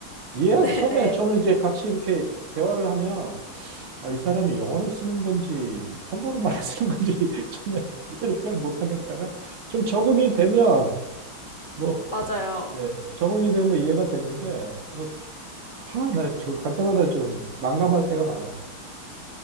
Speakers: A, on the right; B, on the left.
A: 예,
B: <laughs>
A: 처음에
B: 네네,
A: 저는 이제 같이 이렇게 대화를 하면 아, 이 사람이 영어를 쓰는 건지 캥거루 말을 쓰는 건지 <laughs> 처음에 이해를 잘 못하겠다가 좀 적응이 되면 뭐
B: 맞아요.
A: 예, 적응이 되면 이해가 되는데 뭐, 하, 나저갈 때마다 좀 난감할 때가 많아요.